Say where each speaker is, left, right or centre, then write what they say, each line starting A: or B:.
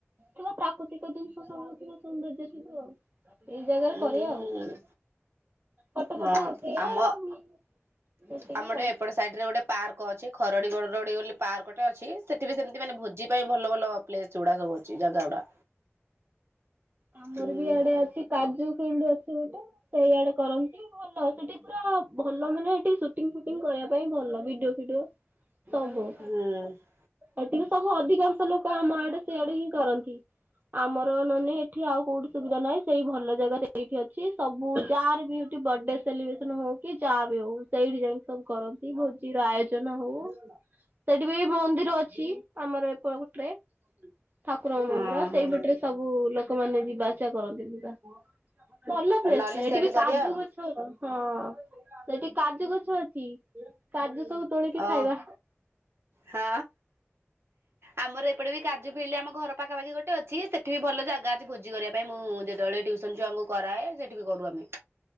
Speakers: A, on the right (about 45°); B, on the right (about 60°).
A: ଥିବ ପ୍ରାକୃତିକ ଜିନିଷ ସବୁଥିବ ସୌନ୍ଦର୍ଯ୍ୟ ଥିବ ଆଉ ଏଇ ଜାଗାରେ
B: ହୁଁ
A: କରିଆ ଆଉ। ଫଟୋ
B: ହଁ
A: ଫଟୋ ଉଠେଇଆ
B: ଆମ
A: ଆଉ ଏତିକି
B: ଆମ ଗୋଟେ
A: ଆଉ।
B: ଏପଟ ସାଇଡ ରେ ଗୋଟେ ପାର୍କ ଅଛି ଖରଡି ବରଡି ବୋଲି ପାର୍କ ଟେ ଅଛି। ସେଠି ବି ସେମିତି ମାନ ଭୋଜି ପାଇଁ ଭଲ ଭଲ ପ୍ଲେସ୍ ଗୁଡା ସବୁ ଅଛି ଜାଗା ଗୁଡା।
A: ଆମର
B: ହୁଁ
A: ବି ଇଆଡେ ଅଛି କାଜୁ ଫିଲ୍ଡ ଅଛି ଗୋଟେ। ସେଇଆଡେ କରନ୍ତି, ଭଲ ସେଠି ପୁରା ଭଲ ମାନେ ଏଠି ସୁ ସୁଟିଙ୍ଗ ଫୁଟିଂ କରିବା ପାଇଁ ଭଲ, ଭିଡିଓ ଫିଡିଓ ସବୁ।
B: ହଁ।
A: ଏଥିରେ ସବୁ ଅଧିକାଂଶ ଲୋକ ଆମ ଆଡେ ସିଆଡେ ହିଁ କରନ୍ତି। ଆମର ନନେ ଏଠି ଆଉ କୋଉଠି ସୁବିଧା ନାହିଁ, ସେଇ ଭଲ ଜାଗାରେ ସେଇଠି ଅଛି, ସବୁ ଯାହାର ବି ଏଠି ବଡେ ସେଲିବ୍ରେସନ୍ ହଉ କି ଯାହାବି ହଉ ସେଇଠି ଯାଇକି ସବୁ କରନ୍ତି। ଭୋଜିର ଆୟୋଜନ ହଉ ସେଠି ବି ମନ୍ଦିର ଅଛି ଆମର ଏପଟରେ। ଠାକୁରଙ୍କ
B: ହଁ
A: ମନ୍ଦିର ସେଇପଟରେ
B: ହଁ।
A: ସବୁ ଲୋକମାନେ ଯିବା ଆସିବା କରନ୍ତି ପୁରା। ଭଲ ପ୍ଲେସ୍
B: ନହେଲେ
A: ଟେ ଏଠି
B: ସେଇଠି
A: ବି
B: କରିବା
A: କାଜୁ
B: ଆଉ।
A: ଗଛ ହଁ, ସେଠି କାଜୁ ଗଛ ଅଛି, କାଜୁ ସବୁ ତୋଳିକି
B: ଓ
A: ଖାଇବା।
B: ହଁ ଆମର ଏପଟେ ବି କାଜୁ ଫିଲ୍ଡ ଆମ ଘର ପାଖାପାଖି ଗୋଟେ ଅଛି ସେଠି ଭଲ ଜାଗା ଅଛି ଭୋଜି କରିବା ପାଇଁ, ମୁଁ ଯେତେବେଳେ ଟିଉସନ୍ ଛୁଆଙ୍କୁ କରାଏ ସେଠି ବି କରୁ ଆମେ।